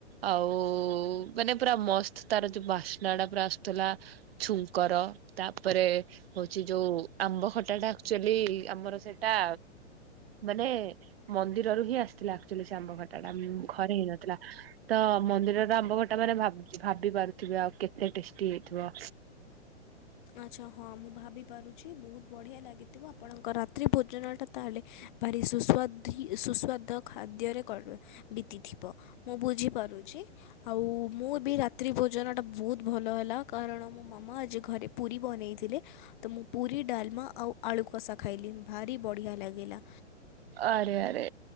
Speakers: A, on the right; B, on the left.
A: ଆଉ ମାନେ ପୁରା ମସ୍ତ ତାର ଯୋଉ ବାସ୍ନା ଟା ପୁରା ଆସୁଥିଲା। ଛୁଙ୍କର ତାପରେ। ହଉଛି ଯୋଉ ଆମ୍ବ ଖଟାଟା ଆକ୍ଚୁଆଲି ଆମର ସେଇଟା। ମାନେ ମନ୍ଦିରରୁ ହିଁ ଆସିଥିଲା ଆକ୍ଚୁଆଲି ସେ ଆମ୍ବ ଖଟା ଟା ଉଁ ଘରେ ହେଇନଥିଲା। ତ ମନ୍ଦିରର ଆମ୍ବ ଖଟା ମାନେ ଭାବ ଭାବି ପାରୁଥିବେ ଆଉ କେତେ ଟେଷ୍ଟି ହେଇଥିବ।
B: ଆଚ୍ଛା ହଁ ମୁଁ ଭାବି ପାରୁଛି ବହୁତ ବଢ଼ିଆ ଲାଗି ଥିବ ଆପଣଙ୍କ ରାତ୍ରି ଭୋଜନଟା ତାହେଲେ ଭାରି ସୁସ୍ୱାଧୀ ସୁସ୍ୱାଦ ଖାଦ୍ୟରେ କରବେ। ବିତିଥିବ ମୁଁ ବୁଝିପାରୁଛି। ଆଉ ମୁଁ ବି ରାତ୍ରି ଭୋଜନଟା ବହୁତ ଭଲ ହେଲା କାରଣ ମୋ ମାମା ଆଜି ଘରେ। ପୁରୀ ବନେଇଥିଲେ। ତ ମୁଁ ପୁରୀ, ଡାଲମା ଆଉ ଆଳୁ କଷା ଖାଇଲି ଭାରି ବଢ଼ିଆ ଲାଗିଲା।
A: ଆରେ ଆରେ।